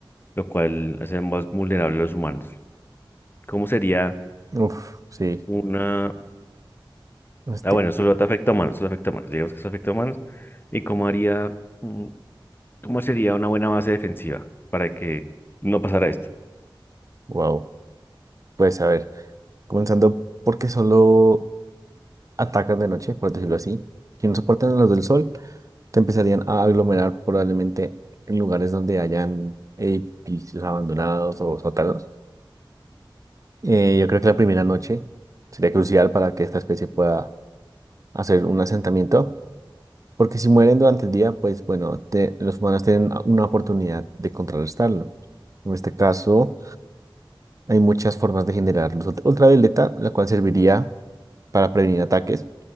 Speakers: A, on the left; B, on the right.
A: lo cual hace más vulnerable a los humanos. ¿Cómo sería?
B: Uf, sí.
A: una
B: Este,
A: Ah, bueno, solo te afecta a humanos, solo afecta a humanos. Digamos que solo afecta a humanos. ¿Y cómo haría, mm, cómo sería una buena base defensiva para que no pasara esto?
B: wow. Pues a ver, comenzando porque solo atacan de noche, por decirlo así. Si no soportan a los del sol, te empezarían a aglomerar probablemente en lugares donde hayan edificios abandonados o sótanos Eh, yo creo que la primera noche sería crucial para que esta especie pueda hacer un asentamiento, porque si mueren durante el día, pues bueno, te- los humanos tienen a- una oportunidad de contrarrestarlo. En este caso, hay muchas formas de generar luz ultra- ultravioleta, la cual serviría para prevenir ataques.